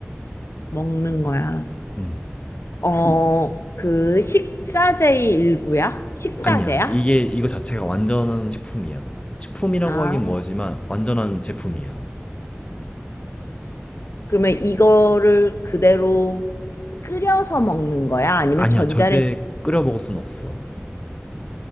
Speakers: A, on the left; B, on the left.
A: 먹는 거야.
B: 음
A: 어, 그 식자재의 일부야? 식자재야?
B: 아니야 이게 이거 자체가 완전한 식품이야. 식품이라고
A: 아,
B: 하긴 뭐지만 완전한 제품이야.
A: 그러면 이거를 그대로 끓여서 먹는 거야? 아니면
B: 아니야
A: 전자레
B: 절대 끓여 먹을 순 없어.